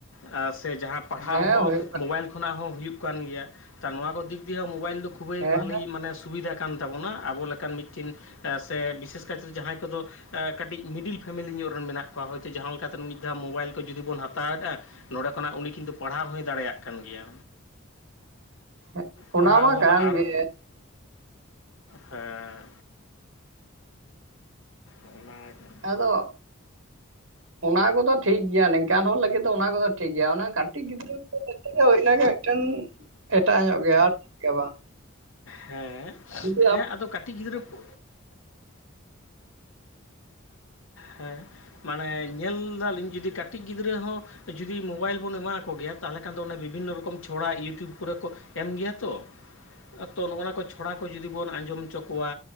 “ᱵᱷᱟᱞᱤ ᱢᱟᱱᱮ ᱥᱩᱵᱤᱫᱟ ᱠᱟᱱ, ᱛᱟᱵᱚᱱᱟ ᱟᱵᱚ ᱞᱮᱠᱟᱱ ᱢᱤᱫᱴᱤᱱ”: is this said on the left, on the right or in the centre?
Left